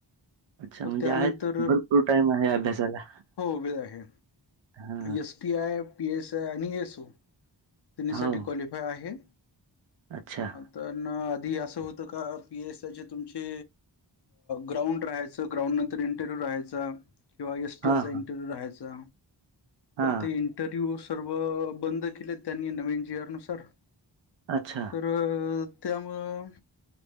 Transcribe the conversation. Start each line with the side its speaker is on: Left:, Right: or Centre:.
Right: अच्छा
Left: तर
Right: म्हणजे
Left: त्यानंतर
Right: आहेत, भरपूर टाइम आहे अभ्यासाला.
Left: हो वेळ आहे,
Right: हा
Left: S. T I. P. S. I. आणि एस. ओ. तिनीसाठी
Right: हा हो
Left: क्वालिफाय आहे.
Right: अच्छा.
Left: तर आधी असं होतं का. पी. एस. आयचे तुमचे. ग्राउंड राहायचं, ग्राउंड नंतर इंटरव्ह्यू राहायचा, किंवा एस चा
Right: हा
Left: इंटरव्ह्यू
Right: हा
Left: राहायचा.
Right: हा
Left: तर ते इंटरव्ह्यू सर्व बंद केले त्यांनी नवीन जी आर नुसार.
Right: अच्छा.
Left: तर त्यामुळं